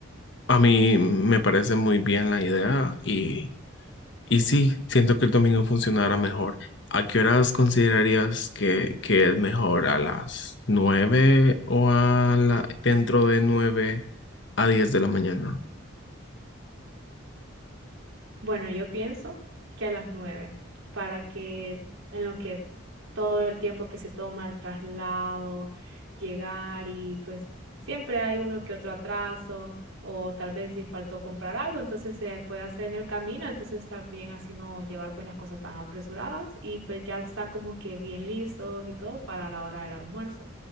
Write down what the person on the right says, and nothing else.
Bueno, yo pienso que a las 9 para que en lo que todo el tiempo que se toma el traslado, llegar y pues siempre hay uno que otro atraso o tal vez si faltó comprar algo, entonces se puede hacer en el camino, entonces también así no llevar pues las cosas tan apresuradas y pues ya estar como que bien listos y todo para la hora del almuerzo.